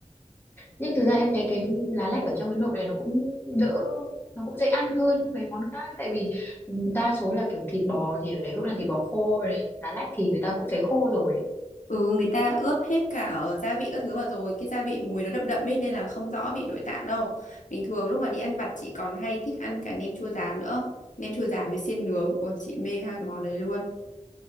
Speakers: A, on the left (about 15°); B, on the left (about 80°).
A: nhưng thực ra em thấy cái lá lách ở trong cái nộm này nó cũng đỡ nó cũng dễ ăn hơn mấy món khác tại vì ừ, đa số là kiểu thịt bò thì ở đấy cũng là thịt bò khô này lá lách thì người ta cũng phải khô rồi ấy.
B: ừ người ta ướp hết cả ở gia vị các thứ vào rồi cái gia vị mùi nó đậm đậm ấy nên là không rõ vị nội tạng đâu bình thường lúc mà đi ăn vặt chị còn hay thích ăn cả nem chua rán nữa nem chua rán với xiên nướng ôi chị mê hai cái món đấy luôn